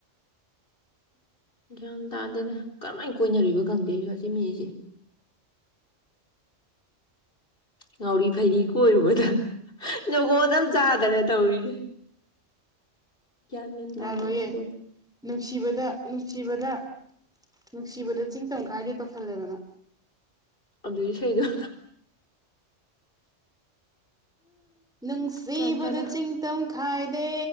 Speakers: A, on the left; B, in the centre.
A: ꯒ꯭ꯌꯥꯟ ꯇꯥꯗꯅ ꯀꯔꯝꯃꯥꯏꯅ ꯀꯣꯏꯅꯅꯣ ꯈꯪꯗꯦꯁꯨ ꯁꯤ ꯃꯤꯁꯦ ꯉꯥꯎꯔꯤ ꯐꯩꯔꯤ ꯀꯣꯏꯔꯨꯕꯗꯒꯣ ꯑꯗꯨꯝ ꯆꯥꯗꯅ ꯇꯧꯔꯤꯁꯦ ꯭ꯟꯒꯟꯇꯥꯇꯅꯤ
B: ꯌꯥꯔꯣꯏꯌꯦ
A: ꯀꯣꯏ
B: ꯅꯨꯡꯁꯤꯕꯗ ꯅꯨꯡꯁꯤꯕꯗ ꯅꯨꯡꯁꯤꯕꯗ ꯆꯤꯡ ꯇꯝ ꯈꯥꯏꯗꯤ ꯇꯧꯁꯜꯂꯦꯕꯅ
A: ꯑꯕꯗꯨꯜ ꯁꯍꯤꯗ
B: ꯅꯨꯡꯁꯤꯕꯗ
A: ꯒ꯭ꯌꯥꯟ ꯇꯥꯗ
B: ꯆꯤꯡꯇꯝ ꯈꯥꯏꯗꯦ